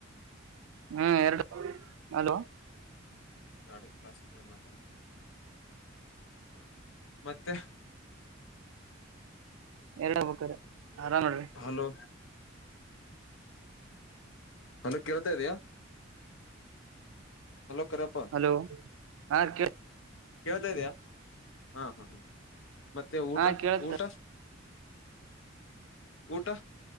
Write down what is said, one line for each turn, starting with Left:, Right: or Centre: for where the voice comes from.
Right: ಹ್ಮ್ ಎರಡ ಅಲೋ,
Left: ಎರಡೇ ಕ್ಲಾಸ್ ಇದೇ ಅಲ್ವಾ <unintelligible> ಮತ್ತೆ.
Right: ಎರಡ ಆಗಬೇಕ್ರಿ ಆರಾಮ್ ನೋಡ್ರಿ.
Left: ಹಲೋ. ಹಲೋ ಕೇಳ್ತಾ ಇದಿಯಾ. ಹಲೋ ಕರೆಪ್ಪ.
Right: ಹಲೋ ಆ ಕೇ
Left: ಕೇಳ್ತಾ ಇದಿಯಾ ಹಾ ಹಾ ಹ ಮತ್ತೆ ಊಟ
Right: ಹಾ ಕೇಳತ್ತ
Left: ಊಟ. ಊಟ